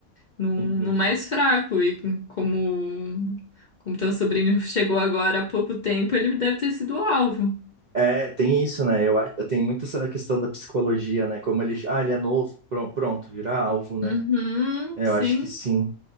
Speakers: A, on the left; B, on the right.
A: No, no
B: Uhum.
A: mais fraco. E como, como teu sobrinho chegou agora há pouco tempo, ele deve ter sido o alvo.
B: É, tem isso, né? Eu, a- eu tenho muito essa questão da psicologia, né? Como ele, ah, ele é novo, pro- pronto, virar alvo, né?
A: Uhum,
B: É,
A: sim.
B: Eu acho que sim.